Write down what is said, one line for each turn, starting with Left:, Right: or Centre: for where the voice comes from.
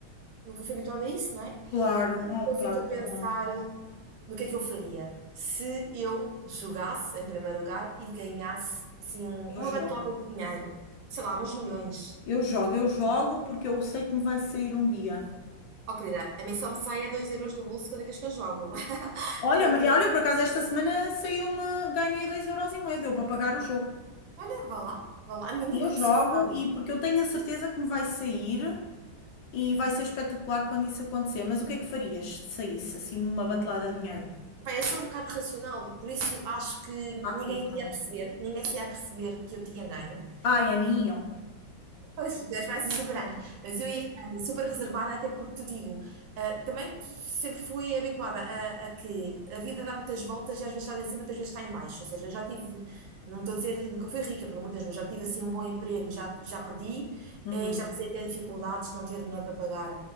Right: nunca foi habituado a isso, não é?
Left: Claro. Oh,
Right: Eu
Left: pá,
Right: fico a
Left: que
Right: pensar
Left: bom.
Right: no que é que eu faria se eu jogasse, em primeiro lugar, e ganhasse assim, um-
Left: Eu
Right: uma
Left: jogo.
Right: batelada de dinheiro, sei lá, uns milhões.
Left: Eu jogo, eu jogo porque eu sei que me vai sair um dia.
Right: Oh, querida, a mim só me sai a 2 euros do bolso cada vez que eu jogo. <laughs>
Left: Olha,
Right: Não,
Left: ma- olha,
Right: pre-
Left: por acaso esta semana saiu-me, ganhei dois euros e meio deu para pagar o jogo.
Right: olha, vá lá, vá lá. A mim nunca
Left: E eu jogo
Right: me saiu nada.
Left: e porque eu tenho a certeza que me vai sair e vai ser espetacular quando isso acontecer. Mas o que é que farias se saísse assim uma batelada de dinheiro?
Right: Pá, eu sou um bocado racional, por isso acho que
Left: Ah,
Right: ninguém
Left: eu também.
Right: se ia perceber, ninguém se ia perceber que eu tinha ganho.
Left: Ah, é a mim e eu.
Right: Pois, tu és mais exuberante, mas eu ia ficar super reservada, até porque te digo, ah, também sempre fui habituada a, a que a vida dá muitas voltas e às vezes estás em cima, outras vezes está em baixo. Ou seja, eu já tive, não estou a dizer, nunca fui rica, pelo amor de Deus, mas já tive assim um bom emprego, já, já perdi,
Left: Uhum,
Right: eh, já passei a ter dificuldades de não ter dinheiro para pagar